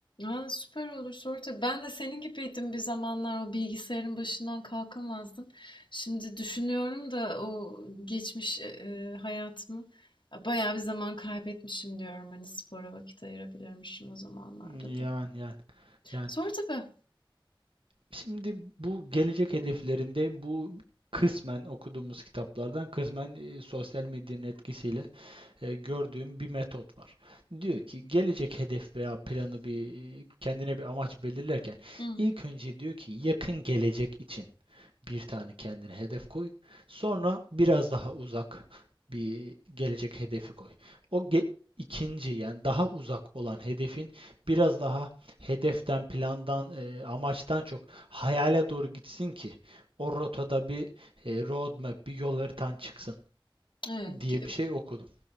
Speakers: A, on the left; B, on the right.
A: Aa, süper olur Sonra Ben de senin gibiydim bir zamanlar o bilgisayarın başından kalkamazdım. Şimdi düşünüyorum da o geçmiş e, e, hayatımı e, bayağı bir zaman kaybetmişim diyorum. Hani spora vakit ayırabilirmişim o zamanlarda
B: Yani
A: da.
B: yani yani.
A: Sonra tabii.
B: Şimdi bu gelecek hedeflerinde bu kısmen okuduğumuz kitaplardan kısmen e, sosyal medyanın etkisiyle e, gördüğüm bir metot var. Diyor ki gelecek hedef veya planı bir kendine bir amaç belirlerken
A: Hı,
B: ilk önce diyor ki yakın gelecek için bir tane kendine hedef koy. Sonra biraz daha uzak bir gelecek hedefi koy. O ge- ikinci yani daha uzak olan hedefin biraz daha hedeften, plandan, e, amaçtan çok hayale doğru gitsin ki o rotada bir e, roadmap, bir yol haritan çıksın
A: evet.
B: diye
A: ki-
B: bir şey okudum.